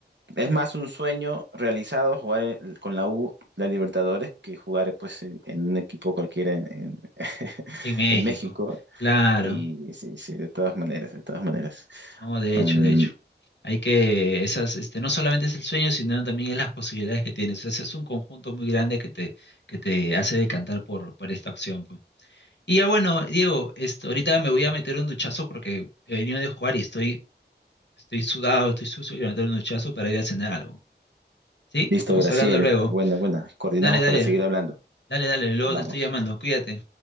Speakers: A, on the right; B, on the left.
A: Es más un sueño realizado jugar en- con la U, la Libertadores, que jugar pues en, en un equipo cualquiera en, en- <laughs>
B: En México,
A: en México.
B: claro.
A: Y sí, sí, de todas maneras, de todas maneras.
B: No, de
A: Um,
B: hecho, de hecho. Hay que, esas, este, no solamente es el sueño, sino también es las posibilidades que tienes. O sea, es un conjunto muy grande que te, que te hace decantar por, por esta opción, pues. Y ya bueno, Diego, esto, ahorita me voy a meter un duchazo porque he venido de jugar y estoy Estoy sudado, estoy sucio, quiero meter un duchazo para ir a cenar algo. ¿Sí?
A: listo,
B: Estamos
A: Graciel.
B: hablando luego.
A: Buena, buena. Coordinamos
B: Dale, dale,
A: para seguir hablando.
B: dale, dale, luego
A: Hablamos.
B: te estoy llamando, cuídate.